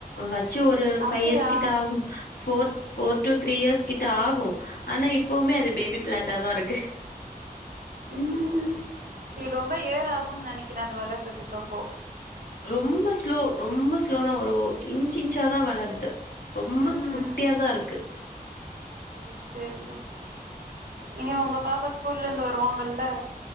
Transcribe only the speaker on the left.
வச்ச ச்சு ஒரு ஃபைவ்
இயர்ஸ் கிட்ட ஆகு four four to three years கிட்ட ஆகு ஆனா இப்பவுமே அது பேபி பிளாண்டாதா இருக்கு
ரொம்ப ஸ்லோ ரொம்ப ஸ்லோன்ன ஒரு இன்ச் இன்ச்சா தா வளருது ரொம்ப
ஸ்குட்டியாதா இருக்கு.